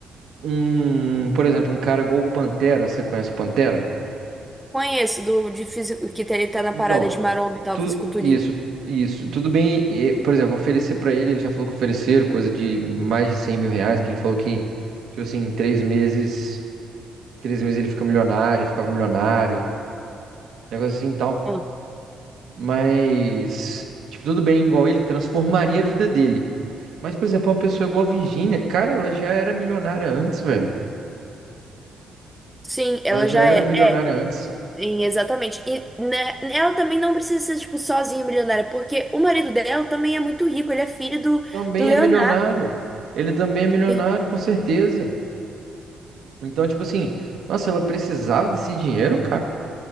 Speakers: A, on the right; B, in the centre.
A: um, por exemplo, um cara igual o Pantera, você conhece o Pantera?
B: Conheço do de físico, que ele tá na
A: Então,
B: parada de maromba e tal,
A: tu,
B: fisiculturismo.
A: isso, isso, tudo bem, e, por exemplo, oferecer para ele, ele já falou que ofereceram coisa de mais de cem mil reais, que ele falou que, tipo assim, em três meses. três meses ele fica milionário, ficava milionário, negócio assim e tal.
B: Ah,
A: Mas, tipo, tudo bem, igual ele, transformaria a vida dele. Mas, por exemplo, uma pessoa igual a Virgínia, cara, ela já era milionária antes, velho.
B: Sim, ela
A: Ela já
B: já
A: era
B: é.
A: milionária antes.
B: Sim, exatamente. E né, ela também não precisa ser, tipo, sozinha milionária, porque o marido dela também é muito rico, ele é filho do,
A: Também
B: do Leonardo.
A: é milionário. Ele também é milionário,
B: Sim.
A: com certeza. Então, tipo assim, nossa, ela precisava desse dinheiro, cara.